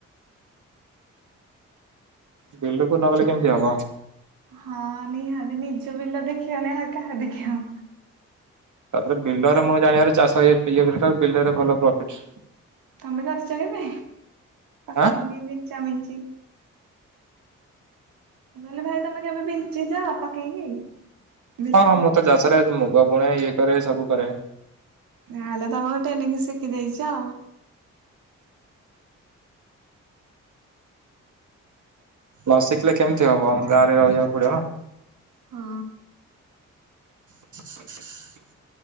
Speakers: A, on the right (about 60°); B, on the right (about 75°).
A: ବିଲକୁ ନବେଲେ କେମିତି ହବ।
B: ହଁ ନିହାତି ନିଜ ବିଲା ଦେଖିବା ନା ନା କାହା ଦେଖିବା।
A: ତାପରେ ବିଲରେ ମୁଁ ଜାଣିବାରୁ ଚାଷ ଇଏ ବିଲର ରେ ଭଲ ପ୍ରଫିଟ।
B: ତମେ କରିଛ କେବେ? ପକା
A: ଆଁ
B: ବଗେଇ ବି ଚାମିିନ କହିଲେ ଭାଇ ତମେ କେବେ ବିଞ୍ଚିଛ ପକେଇକି? ବିଲରେ?
A: ହଁ ମୋତ ଚାଷରେ ମୁଗ ପୁଣ ଇଏ କରେ ସବୁ କରେ
B: ନଁଲେ ତମଟ ଏନଙ୍ଗି ଶିଖି ଯାଇଚ।
A: ନ ଶିଖିଲେ କେମିତି ହବ ଗାଁରେ ରହିବାକୁ ପଡିବନା।
B: ହଁ।
A: <inaudible>